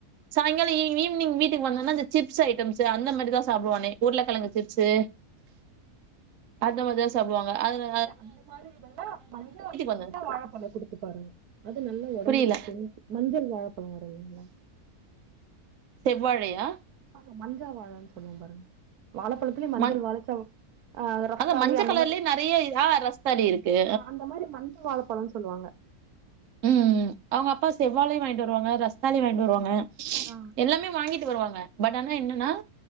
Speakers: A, on the right; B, on the right.
A: சாய்ங்காலம் ஈ ஈவினிங் வீட்டுக்கு வந்தோன்ன அந்த சிப்ஸ் ஐட்டம்ஸ் அந்த மாரிதா சாப்டுவானே உருளக்கிழங்கு சிப்ஸு அந்த மாரிதான் சாப்டுவாங்க அதுல
B: நீங்க அந்த மாரிக்கு பதில்லா மஞ்ச மஞ்ச
A: வந்தது
B: வாழப்பழம் குடுத்து பாருங்க அது நல்லா ஒடம்புக்கு
A: புரியல
B: ஸ்ட்ரென்த் மஞ்சள் வாழப்பழம் வரும் இல்லைங்ளா
A: செவ்வாழையா
B: ஆகா மஞ்சா வாழன்னு சொல்லுவோம் பாருங்க வாழப்பழத்துலயும் மஞ்சள்
A: மஞ்
B: வாழ செவ் அ ரஸ்தாலி
A: அதா மஞ்ச
B: அந்த
A: கலர்லயே
B: மாரி
A: நெறைய ஆ ரஸ்தாளி இருக்கு
B: ஆ அந்த மாரி மஞ்ச வாழப்பழம்னு சொல்லுவாங்க
A: ம் அவுங்க அப்பா செவ்வாழையும் வாங்கிட்டு வருவாங்க ரஸ்தாலி வாங்கிட்டு வருவாங்க
B: ஆ
A: எல்லாமே வாங்கிட்டு வருவாங்க பட் ஆனா என்னன்னா